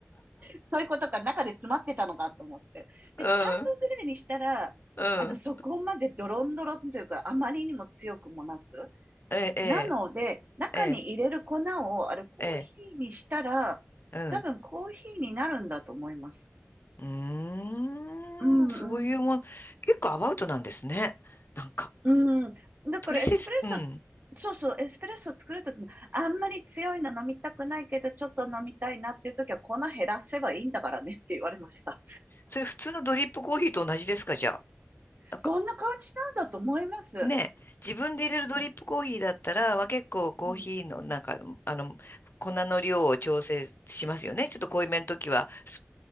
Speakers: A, on the right (about 40°); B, on the left (about 45°).
A: そういうことか中で詰まってたのかと思って。で、
B: うん。
A: 半分ぐらいにしたら、
B: うん。
A: あの、そこまでドロンドロンというか、あまりにも強くもなく、
B: ええ、ええ、
A: なので、中に入れる粉を、
B: ええ、
A: あれ、コーヒーにしたら、
B: ええ。うん。
A: 多分コーヒーになるんだと思います。
B: うーん。
A: うんうん。
B: そういうもん。結構アバウトなんですね。なんか。
A: うん。だからエスプレッソ、
B: トリセツ、うん。
A: そうそう、エスプレッソ作るときも、あんまり強いの飲みたくないけど、ちょっと飲みたいなっていうときは、粉減らせばいいんだからねって言われました。
B: それ普通のドリップコーヒーと同じですか、じゃあ。
A: そんな感じなんだと思います。
B: ね、自分で入れるドリップコーヒーだったら、
A: うん。
B: まあ、結構コーヒーのなんか、
A: うん。
B: あの、粉の量を調整しますよね。ちょっと濃いめの時は、す